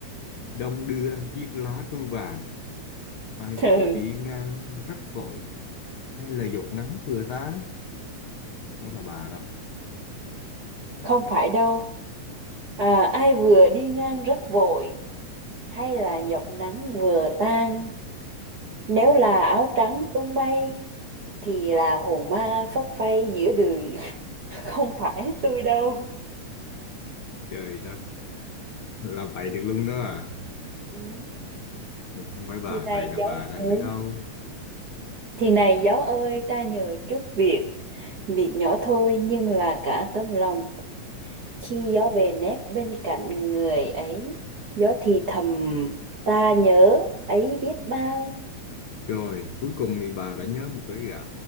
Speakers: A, on the left (about 85°); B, on the right (about 55°).
A: đông đưa chiếc lá thu vàng, ai vừa
B: ừ.
A: đi ngang rắc vội, hay là giọt nắng vừa tán, đó là bà đâu.
B: Không phải đâu. À, ai vừa đi ngang rất vội hay là giọt nắng vừa tan. Nếu là áo trắng tung bay thì là hồn ma phất phây giữa đường. <laughs> Không phải tôi đâu.
A: Trời đất, là vậy được luôn đó à.
B: Ừ.
A: Nhưng không phải bà,
B: Thì này
A: vậy là
B: gió
A: bà đang
B: ừ.
A: ở đâu?
B: Thì này gió ơi ta nhờ chút việc. Việc nhỏ thôi nhưng là cả tấm lòng. Khi gió về nép bên cạnh người ấy, gió thì thầm ta nhớ ấy biết bao.
A: Rồi, cuối cùng thì bà đã nhớ một cái gã